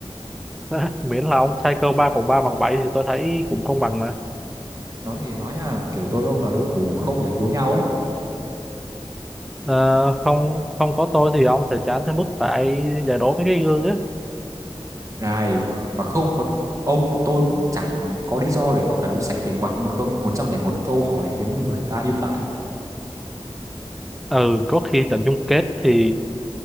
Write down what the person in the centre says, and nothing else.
<laughs> miễn là ông sai câu 3 cộng 3 bằng 7 thì tôi thấy cũng công bằng mà
Ờ, không không có tôi thì ông sẽ chán tới mức phải giải đố mấy cái gương á
ừ có khi trận chung kết thì